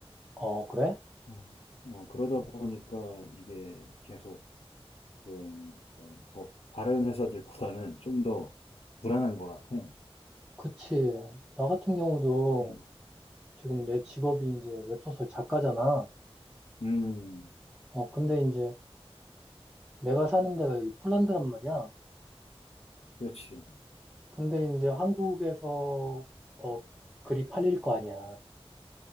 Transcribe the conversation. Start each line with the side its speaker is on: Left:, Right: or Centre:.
Centre: 어, 그래?
Left: 어, 뭐 그러다 보니까 이게 계속, 좀, 좀더 다른 회사들보다는 좀 더 불안한 것 같아.
Centre: 그치. 나 같은 경우도
Left: 음.
Centre: 지금 내 직업이 이제 웹소설 작가잖아.
Left: 음.
Centre: 어, 근데 이제 내가 사는 데가 여기 폴란드란 말이야.
Left: 그렇지,
Centre: 근데 이제 한국에서 어, 글이 팔릴 거 아니야.